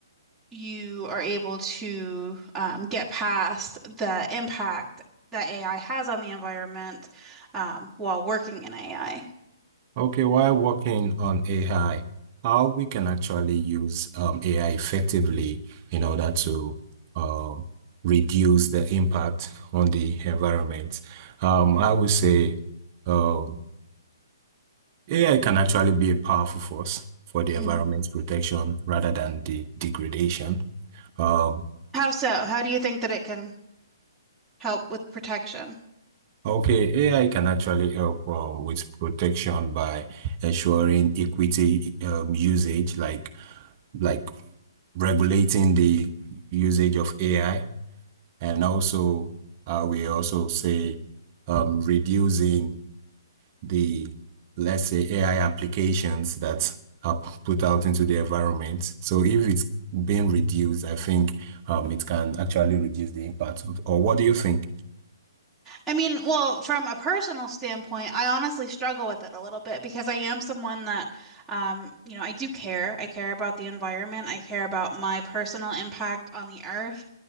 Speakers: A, in the centre; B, on the right.
A: you are able to um, get past the impact that AI has on the environment um, while working in AI.
B: Okay, while working on AI, how we can actually use um, AI effectively in order to um, reduce the impact on the environment. Um, I would say um, AI can actually be a powerful force for the
A: Mhm.
B: environment's protection rather than the degradation. Um,
A: How so? How do you think that it can help with protection?
B: Okay, AI can actually help um, with protection by ensuring equity um, usage, like like regulating the usage of AI, and also uh, we also say um, reducing the let's say AI applications that are put out into the environment. So if it's being reduced, I think um, it can actually reduce the impact of, or what do you think?
A: I mean, well, from a personal standpoint, I honestly struggle with it a little bit because I am someone that, um, you know, I do care. I care about the environment. I care about my personal impact on the earth.